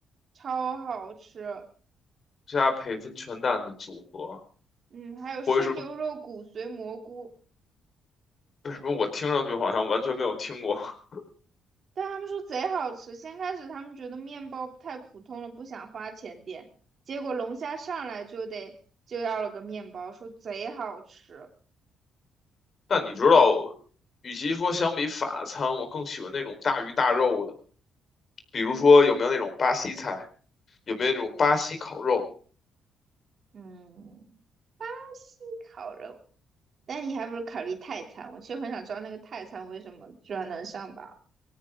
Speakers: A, on the right; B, on the left.
A: 超好吃。
B: 虾配温泉蛋的组合，
A: 嗯，还有生牛肉骨髓蘑菇，
B: 或者是为什么我听上去好像完全没有听过？<laughs>
A: 但他们说贼好吃。先开始他们觉得面包太普通了，不想花钱点，结果龙虾上来就得就要了个面包，说贼好吃。
B: 但你知道，与其说相比法餐，我更喜欢那种大鱼大肉的，比如说有没有那种巴西菜，有没有那种巴西烤肉、
A: 嗯，西烤肉，但你还不如考虑泰餐。我其实很想知道那个泰餐为什么居然能上榜。